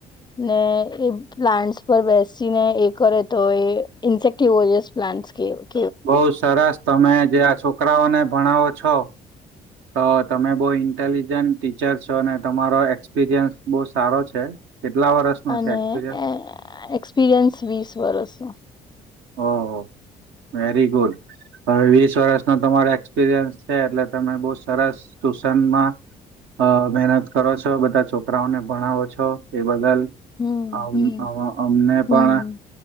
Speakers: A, on the left; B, on the right.
A: ને એ પ્લાન્ટસ પર બેસી ને એ કરે તો એ ઇન્સેક્ટિવોરિયસ પ્લાન્ટ. <unintelligible>
B: બહુ સરસ તમે જે આ છોકરાઓને ભણાવો છો. તો તમે બઉ ઇન્ટેલિજન્ટ ટીચર છો અને તમારો એક્સપિરિયન્સ બહુ સારો છે. કેટલા વર્ષનો
A: અને
B: છે એક્સપિરિયન્સ
A: એ- એક્સપિરિયન્સ વીસ વરસનો.
B: ઓહો વેરી ગુડ. હવે વીસ વરસનો તમારે એક્સપિરિયન્સ છે એટલે તમે બો સરસ ટ્યુશનમાં હ મહેનત કરો છો બધા છોકરાઓને ભણાવો છો એ બદલ
A: હમ
B: અમ-અ-અમને
A: હમ હમ
B: પણ